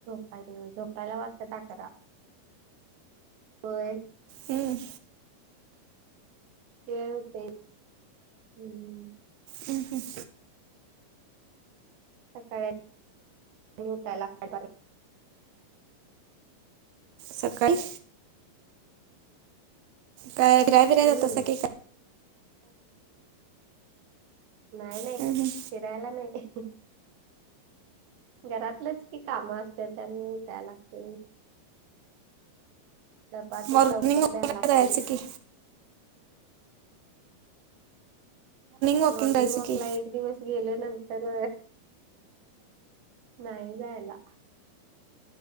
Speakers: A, on the right (about 65°); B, on the right (about 85°).
A: अ झोपायला वाजताता आकरा होय.
B: हम्म.
A: हो ते हम्.
B: हम् हम.
A: सकाळी उठायला लागतंय.
B: सकाळी काय फिरायला बिरायलाा
A: हम्म
B: जातासा की काय.
A: नाही नाही
B: हम्म हम्म
A: फिरायला नाही. घरातलंच कि काम असते त्यामुळे त्या लागते. चपातीने
B: मॉर्निंग
A: लवकर
B: वॉकिंगला
A: द्याय लागते
B: जायचं
A: म.
B: की वॉकिंग
A: मॉर्निंग
B: जायचं
A: वॉक
B: की
A: ला एक दिवस गेल्या नंतर, नाही जायला.